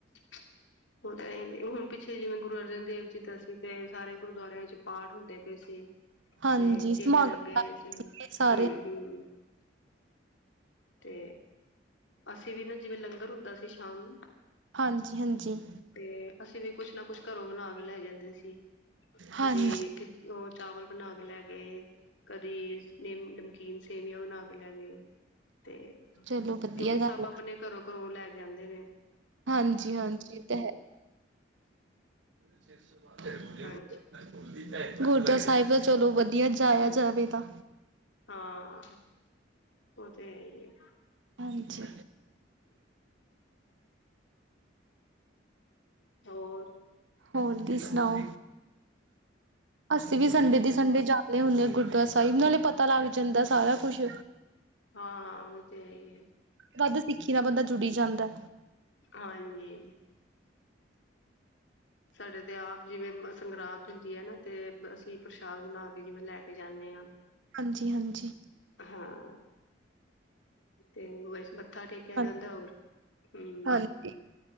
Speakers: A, on the left; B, on the right.
A: <inaudible> ਹੁਣ ਇਹ ਈ ਏ ਹੁਣ ਪਿੱਛੇ ਜਿਵੇਂ ਗੁਰੂ ਅਰਜਨ ਦੇਵ ਜੀ ਦਾ ਸੀ। ਤੇ ਸਾਰੇ ਗੁਰਦੁਆਰਿਆਂ ਵਿੱਚ ਪਾਠ ਹੁੰਦੇ ਪਏ ਸੀ
B: ਹਾਂਜੀ
A: ਤੇ ਚੀਲਿਆਂ
B: ਸਮਾਗਮ
A: ਲੱਗੇ। ਹੂੰ-ਹੂੰ
B: ਸੀਗੇ ਸਾਰੇ
A: ਤੇ ਅਸੀਂ ਵੀ ਨਾ ਜਿਵੇਂ ਲੰਗਰ ਹੁੰਦਾ ਸੀ ਸ਼ਾਮ ਨੂੰ
B: ਹਾਂਜੀ-ਹਾਂਜੀ
A: ਤੇ ਅਸੀਂ ਵੀ ਕੁੱਛ ਨਾ ਕੁੱਛ ਘਰੋਂ ਬਣਾ ਕੇ ਲੈ ਜਾਂਦੇ ਸੀ ਕਦੀ
B: ਹਾਂਜੀ
A: ਓ ਚਾਵਲ ਬਣਾ ਕੇ ਲੈਗੇ। ਕਦੀ ਨਿ ਨਮਕੀਨ ਸੇਵੀਆਂ ਬਣਾ ਕੇ ਲੈਗੇ। ਤੇ
B: ਚਲੋ ਵਧੀਆ
A: ਕਿਉਂਕਿ
B: ਗੱਲ
A: ਸਭ ਆਪਣੇ ਘਰੋਂ-ਘਰੋਂ ਲੈ ਕੇ ਆਂਦੇ ਰਹੇ।
B: ਹਾਂਜੀ-ਹਾਂਜੀ ਏ ਤੇ ਹੈ। <unintelligible> ਗੁਰਦੁਆਰਾ
A: ਹਾਂਜੀ
B: ਸਾਇਬ ਦਾ ਚਲੋ ਵਧੀਆ ਜਾਇਆ ਜਾਵੇ ਤਾਂ।
A: ਹਾਂ ਓ ਤੇ ਹੈ ਈ ਐ।
B: ਹਾਂਜੀ।
A: ਹੋਰ?
B: ਹੋਰ ਤੀ ਸੁਣਾਓ ਅਸੀਂ ਵੀ ਸੰਡੇ ਦੀ ਸੰਡੇ ਜਾ ਨੇ ਹੁੰਨੇ ਆ ਗੁਰਦੁਆਰਾ ਸਾਇਬ ਨਾਲੇ ਪਤਾ ਲੱਗ ਜਾਂਦਾ ਸਾਰਾ ਕੁੱਛ।
A: ਹਾਂ-ਹਾਂ ਓ ਤੇ ਹੈ ਈ ਏ।
B: ਵੱਧ ਸਿੱਖੀ ਨਾਲ ਬੰਦਾ ਜੁੜੀ ਜਾਂਦੈ।
A: ਹਾਂਜੀ ਸਾਡੇ ਤੇ ਆਪ ਜਿਵੇਂ ਸੰਗਰਾਂਦ ਹੁੰਦੀ ਐ ਨਾ ਤੇ ਅਸੀਂ ਪ੍ਰਸ਼ਾਦ ਬਨਾ ਕੇ ਜਿਵੇਂ ਲੈ ਕੇ ਜਾਂਨੇ ਆ।
B: ਹਾਂਜੀ-ਹਾਂਜੀ
A: ਹਾਂ। ਤੇ ਬਸ ਮੱਥਾ ਟੇਕਿਆ
B: ਹਾਂਜੀ
A: ਜਾਂਦਾ ਹੋਰ ਹੂੰ।
B: ਹਾਂਜੀ